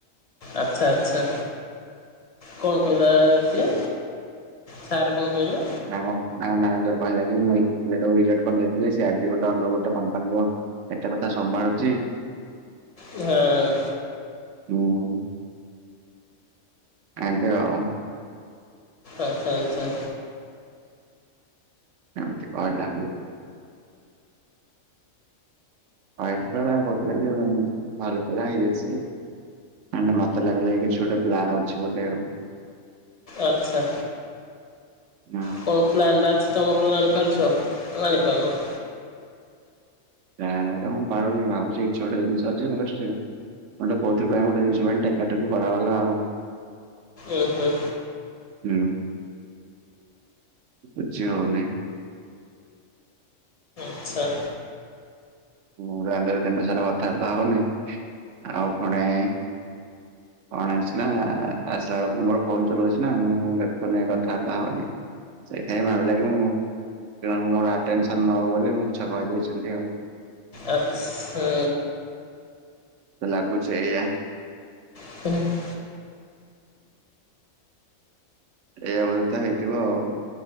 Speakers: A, on the left; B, on the right.
A: ଆଚ୍ଛା ଆଚ୍ଛା କଣ କଇଲା ସିଏ ସାର୍ କଣ କହିଲେ
B: ହଁ। ମ୍ୟାନେଜର କହିଲା କି ମୁ ଏଇ ପିଲାଟାକୁ ରେଜେକ୍ଟ କରିଥିଲି ସେ ଆଜି ଗୋଟେ ଅଲଗା ଗୋଟେ କମ୍ପାନୀର ଏତେ କଥା ସମ୍ଭାଳୁଚି।
A: ଅ
B: ମୁଁ କାନ୍ଦେ ଆଉ
A: ଆଚ୍ଛା ଆଚ୍ଛା ଆଚ୍ଛା।
B: ଏମିତି କହିଲା। <inaudible> ଭଲ ପିଲା ହେଇଯାଇଛି। ନା ନା ମତେ ଲାଗିଲା କି କିଛି ଗୋଟେ ପ୍ଲାନ୍ ଅଛି ବୋଲି ଆଉ
A: ଆଚ୍ଛା।
B: ହଁ।
A: କଣ ପ୍ଲାନ୍ ଟା ଅଛି ତମର ଜାଣିପାରୁଛ ଜାଣିପାରୁନ?
B: ନା ଜାଣି ତ ମୁଁ ପାରୁନି ଭାବୁଛି କିଛି ଗୋଟେ ଜିନିଷ ଅଛି ମ ମୁଁ କଉଥି ପାଇଁ ଗୋଟେ ଜିନିଷ ପାଇଁ ଟେକା ଟେକି କରାଗଲା ଆଉ
A: ଓଁ ହୁଁ।
B: ହୁଁ ବୁଝି ହଉ ନାହିଁ।
A: ଆଚ୍ଛା।
B: ମୁଁ ରାଣ୍ଡରେ ଦିନ ସାରା କଥାବାର୍ତ୍ତା ହଉନି ଆଉ ଫୁଣି କଣ ହେଇଛି ନା ଆସିଲା ବେଳକୁ ମୋର ଫୋନ ଚଲଉଛି ନା ମୁଁ ଦେଖୁନେଇ କଥାବାର୍ତ୍ତା ହଉନି। ସେଇଥିାଇଁ ଭାବିଲା କିଁ ମୋର ଆଟେନସନ ନବ ବୋଲି ମୁଁ ମିଛ କହିଦଉଛନ୍ତି ଆଉ।
A: ଆଛା।
B: ମତେ ଲାଗୁଛି ଏଇୟା।
A: <unintelligible>
B: ଏଇଆ ଅବସ୍ଥା ହେଇଥିବ ଆଉ।